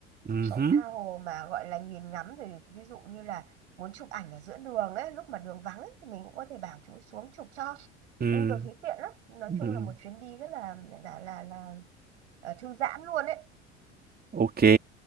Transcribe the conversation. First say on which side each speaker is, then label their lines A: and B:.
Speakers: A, on the right; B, on the right.
A: ừ
B: Sổ
A: hứ,
B: tha hồ mà gọi là nhìn ngắm thì ví dụ như là muốn chụp ảnh ở giữa đường ấy, lúc mà đường vắng ấy, thì mình cũng có thể bảo chú xuống chụp cho.
A: ừ
B: Nên tôi thấy tiện lắm. Nói
A: ừ
B: chung là một chuyến đi rất là là là là ờ, thư giãn luôn ấy.
A: ok